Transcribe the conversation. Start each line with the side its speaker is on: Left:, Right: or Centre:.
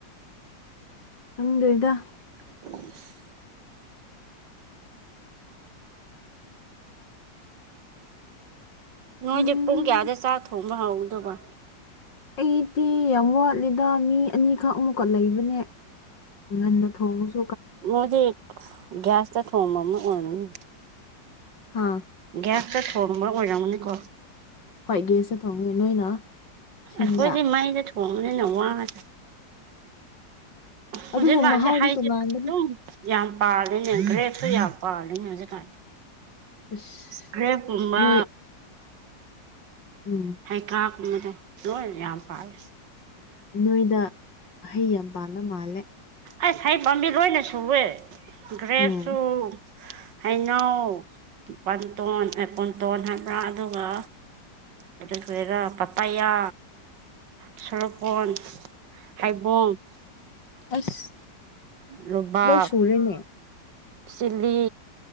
Left: ꯍꯪꯗ꯭꯭ꯔꯦꯗ
Right: <unintelligible> ꯅꯣꯏꯁꯦ
Left: ꯎꯝ
Right: ꯄꯨꯡ ꯀꯌꯥꯗ ꯆꯥꯛ ꯊꯣꯡꯕ ꯍꯧꯗꯣꯕ꯫
Left: ꯑꯩꯗꯤ ꯌꯥꯝ ꯋꯥꯠꯂꯤꯗ ꯃꯤ ꯑꯅꯤꯈꯛ ꯑꯃꯨꯛꯀ ꯂꯩꯕꯅꯦ꯫ ꯉꯟꯅ ꯊꯣꯡꯉ
Right: ꯃꯣꯢꯗꯤ ꯒ꯭ꯌꯥꯁꯇ ꯊꯣꯡꯕ ꯑꯣꯢꯔꯝꯅꯤ
Left: ꯍꯥꯥ
Right: ꯒ꯭ꯌꯥꯁꯇ ꯊꯣꯡꯕ ꯑꯣꯏꯔꯝꯒꯅꯤꯀꯣ
Left: ꯍꯣꯏ ꯒ꯭ꯌꯥꯁꯇ ꯊꯣꯡꯉꯤ ꯅꯣꯏꯅ ꯁꯤꯡꯗ
Right: ꯑꯩꯈꯣꯏꯗꯤ ꯃꯩꯗ ꯊꯣꯡꯕꯅꯤꯅ ꯋꯥꯏ ꯍꯧꯖꯤꯛꯀꯥꯟꯁꯦ
Left: ꯑꯗꯨꯕꯨ ꯃꯍꯥꯎꯗꯤ
Right: ꯍꯩꯁꯦ
Left: ꯇꯣꯉꯥꯟꯕꯅꯤ
Right: ꯑꯗꯨꯝ ꯌꯥꯝ ꯄꯥꯜꯂꯤꯅꯦ ꯒ꯭ꯔꯦꯞꯁꯨ ꯌꯥꯝ ꯄꯥꯜꯂꯤꯅꯦ ꯍꯧꯖꯤꯛꯀꯥꯟ
Left: ꯑꯁ
Right: ꯒ꯭ꯔꯦꯞꯀꯨꯝꯕ
Left: ꯅꯣꯏ ꯎꯝ
Right: ꯍꯩꯀꯥꯀꯨꯝꯕꯗ ꯂꯣꯏ ꯌꯥꯝ ꯄꯥꯝꯂꯦ
Left: ꯅꯣꯏꯗ ꯍꯩ ꯌꯥꯝ ꯄꯥꯟꯕ ꯃꯥꯜꯂꯦ
Right: ꯑ ꯍꯩ ꯄꯥꯝꯕꯤ ꯂꯣꯏꯅ ꯁꯨꯋꯦ ꯒ꯭ꯔꯦꯞꯁꯨ
Left: ꯎꯝ
Right: ꯍꯩꯅꯧ ꯄꯟꯇꯣꯟ ꯄꯨꯟꯇꯣꯟ ꯍꯥꯏꯕ꯭ꯔꯥ ꯑꯗꯨꯒ ꯑꯗꯨ ꯀꯔꯤꯔ ꯄꯄꯌꯥ ꯆꯣꯔꯣꯐꯣꯟ ꯍꯩꯕꯣꯡ
Left: ꯑꯁ
Right: ꯅꯣꯕꯥꯥꯞ
Left: ꯂꯣꯏ ꯁꯨꯔꯦꯅꯦ
Right: ꯆꯤꯜꯂꯤ